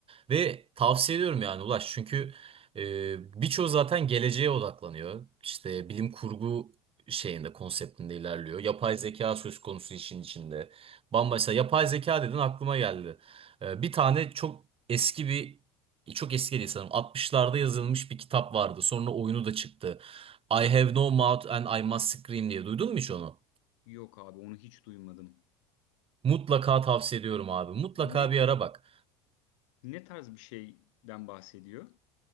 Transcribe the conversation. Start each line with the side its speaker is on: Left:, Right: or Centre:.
Right: Ve tavsiye ediyorum yani Ulaş. Çünkü e, birçoğu zaten geleceğe odaklanıyor. İşte bilim kurgu şeyinde, konseptinde ilerliyor. Yapay zeka söz konusu işin içinde. Bambaşka yapay zeka dedin aklıma geldi. E, bir tane çok eski bir çok eski değil sanırım. 60'larda yazılmış bir kitap vardı. Sonra oyunu da çıktı. I Have No Mouth and I Must Scream diye. Duydun mu hiç onu?
Left: Yok abi onu hiç duymadım.
Right: Mutlaka tavsiye ediyorum abi. Mutlaka
Left: Ne
Right: bir ara bak.
Left: ne tarz bir şeyden bahsediyor?